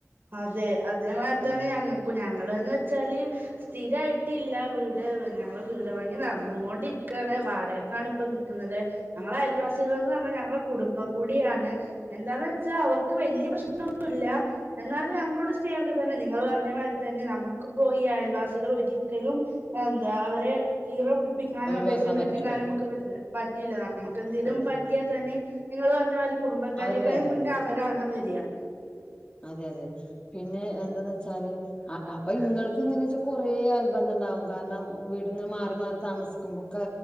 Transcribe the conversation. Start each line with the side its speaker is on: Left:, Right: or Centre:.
Right: അതെ അതേമാരിത്തന്നെ
Left: ആഹ്
Right: ഞങ്ങക്കും ഞ ഞങ്ങള്ന്ന് വെച്ചാല് സ്ഥിരായിട്ടില്ല വീട് ഞങ്ങള് വീട് പണി നടന്ന്ങ്ങോണ്ടിരിക്കാണ് വാടകക്കാണ് ഇപ്പം നിക്കുന്നത് ഞങ്ങളെ അയൽവാസികൾ എന്ന് പറഞ്ഞാ ഞങ്ങള് കുടുംബം കൂടിയാണ് എന്താന്ന് വെച്ചാൽ അവർക്ക് വല്യ പ്രശ്നം- ഇല്ല എന്നാലും ഞങ്ങളോട് സ്നേഹമൊക്കെ തന്നെ നിങ്ങള് പറഞ്ഞ മാതിരി തന്നെ നമുക്ക് പോയി ഈ അയൽവാസികള് ഒരിക്കലും എന്താ അവരെ ഈറ ഉടു പ്പിക്കാനോ
Left: ഒഴിവാക്കാൻ
Right: ദേഷ്യം പിടിപ്പിക്കാനോ
Left: പറ്റില്ല
Right: നമുക്ക് പറ്റില്ല പറ്റില്ല ന നമുക്ക്എന്തേലും
Left: അതെ
Right: പറ്റിയാ തന്നെ- നിങ്ങള് പറഞ്ഞ മാതിരി- കുടുംബക്കാരെക്കായി
Left: അവര് വരണ്ടേ
Right: മുന്നേ അവരാണ് വര് ദിയ
Left: അതെ അതെ പിന്നെ എന്താന്ന് വെച്ചാല് അപ്പൊ ഇങ്ങൾക്ക് ഇങ്ങനെ വെച്ചാ കൊറെ അയൽബന്ധം ഉണ്ടാവും കാരണം വീടിങ്ങനെ മാറി മാറി താമസിക്കുമ്പോക്കെ